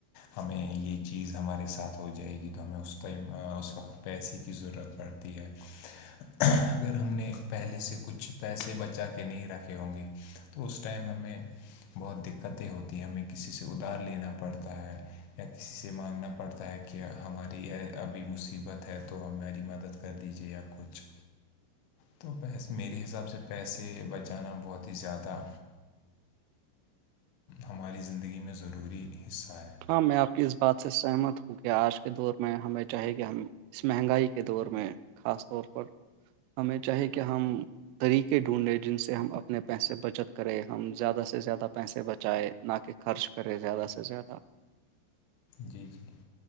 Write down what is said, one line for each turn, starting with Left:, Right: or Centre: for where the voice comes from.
Left: ہمیں یہ چیز ہمارے ساتھ ہو جائے گی تو ہمیں اس ائم اس وقت پیسے کی ضرورت پڑ <inaudible> اگر ہم نے پہلے سے کچھ پیسے بچا کے نہیں رکھے ہوں گے تو اس ٹائم ہمیں بہت دقتیں ہوتی ہیں ہمیں کسی سے ادھار لینا پڑتا ہے یا کسی سے مانگنا پڑتا ہے کہ ہماری ابھی مصیبت ہے تو ہماری مدد کر دی جیا کچھ
Right: <inaudible>
Left: تو پیس میرے حساب سے پیسے بچانا بہت ہی زیادہ ہماری زندگی میں ضروری حصہ ہے
Right: ہاں میں آپ کی اس بات سے سہمت ہوں کہ آج کے دور میں ہمیں چاہے کہ ہم اس مہنگائی کے دور میں خاص طور پر ہمیں چاہے کہ ہم طریقے ڈھونڈے جن سے ہم اپنے پیسے بچت کرے ہم زیادہ سے زیادہ پیسے بچائے نہ کہ خرچ کرے زیادہ سے زیادہ
Left: جی جی